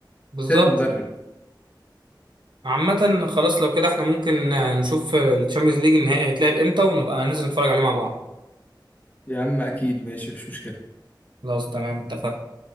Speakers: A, on the right; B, on the left.
A: بالظبط
B: بسبب المدرب
A: عامة خلاص لو كده احنا ممكن نشوف الشامبيونز ليج النهائي هيتلعب امتى ونبقى ننزل نتفرج عليه مع بعض
B: يا عم اكيد ماشي مفيش مشكله
A: خلاص تمام اتفقنا